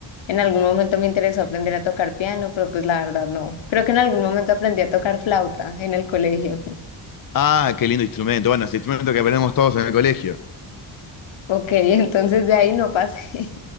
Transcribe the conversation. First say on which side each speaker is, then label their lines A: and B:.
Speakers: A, on the left; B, on the left.
A: En algún momento me interesó aprender a tocar piano, pero pues la verdad no. Creo que en algún momento aprendí a tocar flauta en el colegio. <laughs>
B: Ah, qué lindo instrumento. Bueno, ese instrumento que aprendemos todos en el colegio.
A: Ok, entonces de ahí no pasé.